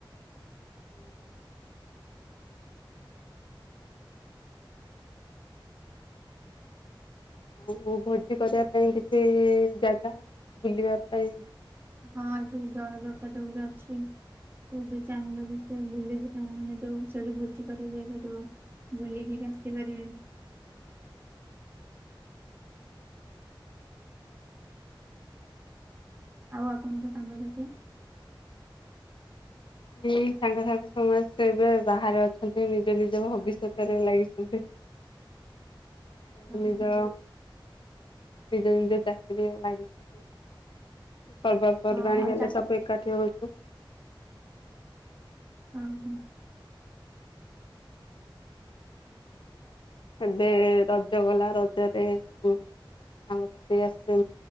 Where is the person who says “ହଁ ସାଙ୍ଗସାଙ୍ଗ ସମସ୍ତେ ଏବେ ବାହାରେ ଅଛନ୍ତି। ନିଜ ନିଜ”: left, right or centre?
Left